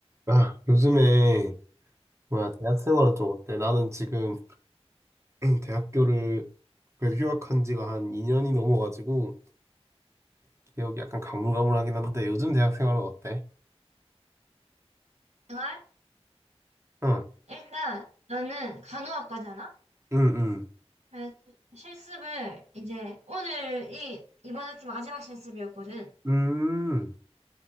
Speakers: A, on the right; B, on the right.
A: 아, 요즘에 뭐야 대학 생활은 좀 어때? 나는 지금 <clears throat> 대학교를 그래도 휴학한 지가 한 2년이 넘어가지고 기억이 약간 가물가물하긴 한데 요즘 대학 생활은 어때?
B: 생활
A: 응,
B: 일단 나는 간호학과잖아?
A: 응, 응,
B: 그래서 실습을 이제 오늘이 이번 학기 마지막 실습이었거든.
A: 음,